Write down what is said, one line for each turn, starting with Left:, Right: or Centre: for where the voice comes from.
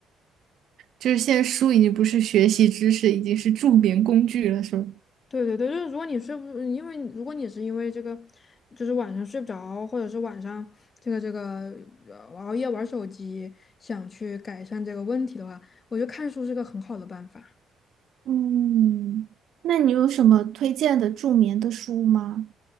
Right: 就是现在书已经不是学习知识，已经是助眠工具了，是吧？
Left: 对对对，就是如果你睡不，因为如果你是因为这个，就是晚上睡不着，或者是晚上这个这个呃熬夜玩手机，想去改善这个问题的话，我觉得看书是个很好的办法。
Right: 嗯，那你有什么推荐的助眠的书吗？